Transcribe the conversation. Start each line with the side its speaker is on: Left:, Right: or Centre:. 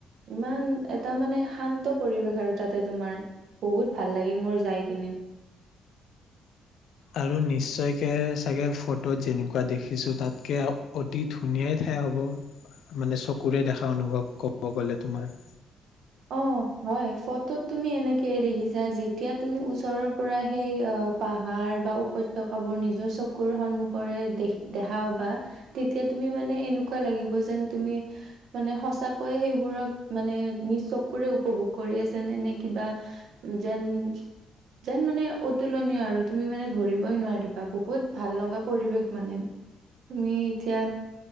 Right: ইমান এটা মানে শান্ত পৰিৱেশ আৰু তাতে তোমাৰ, বহুত ভাল লাগিল মোৰ যাই কিনে।
Left: আৰু নিশ্চয়কে চাগে ফটোত যেনেকুৱা দেখিছোঁ তাতকে অতি ধুনীয়াই ঠাই হ'ব, মানে চকুৰে দেখা অনুভৱ ক'ব গ'লে তোমাৰ।
Right: অ হয় ফটোত তুমি এনেকেয়ে দেখিছা যেতিয়া তুমি ওচৰৰ পৰা সেই অ পাহাৰ বা উপত্যয়কাবোৰ নিজৰ চকুৰ সন্মুখৰে দে দেখাও বা তেতিয়া তুমি মানে এনেকুৱা লাগিব যেন তুমি মানে সচাকৈয়ে সেইবোৰক মানে নিজ চকো। ৰে উপভোগ কৰি আছা নে? নে কিবা যেন যেন মানে অতুলনীয় পৰিবেশ আৰু তুমি মানে ধৰিবই নোৱাৰিবা বহুত ভাল লগা পৰিৱেশ মানে তুমি এতিয়া